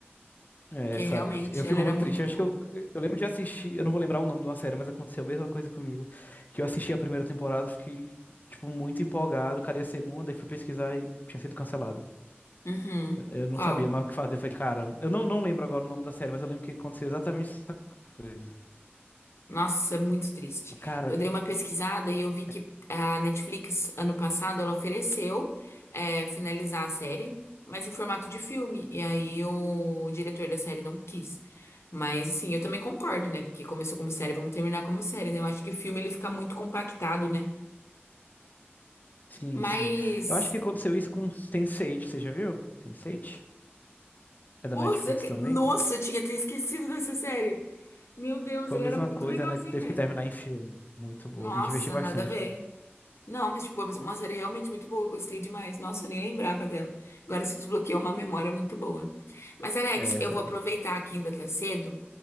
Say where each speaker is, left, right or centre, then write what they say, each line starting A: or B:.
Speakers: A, on the left (about 40°); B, on the left (about 85°).
A: É,
B: porque
A: essa...
B: realmente
A: Eu fico
B: ela era
A: muito
B: muito
A: triste. Eu
B: boa.
A: acho que eu, eu lembro de assistir, eu não vou lembrar o nome de uma série, mas aconteceu a mesma coisa comigo. Que eu assisti a primeira temporada, fiquei, tipo, muito empolgado. Cadê a segunda? E fui pesquisar e tinha sido cancelada.
B: Uhum.
A: Eu, eu não
B: Qual?
A: sabia mais o que fazer. Eu Falei, caramba. Eu não, não lembro agora o nome da série, mas eu lembro que aconteceu exatamente essa coisa.
B: Nossa, é muito triste.
A: Cara,
B: Eu dei uma pesquisada e eu vi que
A: é-
B: a Netflix, ano passado, ela ofereceu é, finalizar a série, mas em formato de filme. E aí o diretor da série não quis. Mas, assim, eu também concordo, né? Porque começou como série, vamos terminar como série, né? Eu acho que o filme ele fica muito compactado, né?
A: sim,
B: Mas.
A: sim. Eu acho que aconteceu isso com Sense8, você já viu? Sense8? É da
B: Nossa,
A: Netflix
B: que-
A: também?
B: nossa, eu tinha até esquecido dessa série. Meu Deus,
A: Foi
B: ela
A: a mesma
B: era muito
A: coisa,
B: legalzinha.
A: né? Teve que terminar em filme. Muito boa.
B: Nossa,
A: Me diverti bastante.
B: nada a ver. Não, mas tipo, uma série realmente muito boa, eu gostei demais. Nossa, eu nem lembrava dela. Agora se desbloqueou uma memória muito boa. Mas, Alex,
A: É essa,
B: eu vou aproveitar que ainda tá cedo